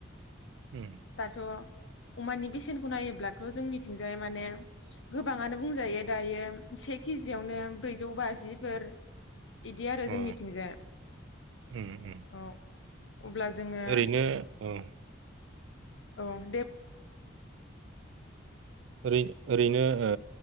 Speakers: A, on the right; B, on the left.
A: उम उम
B: दाथ' अमानि बेसेनखौ नायोब्लाथ' जोंनिथिंजाय माने गोबाङानो बुंजायो दायो से केजियावनो ब्रैजौ बाजिफोर इदि आरो जोंनिथिंजाय
A: अ उम उम
B: औ अब्ला जोङो
A: ओरैनो औ
B: औ दे
A: ओरै ओरैनो ओ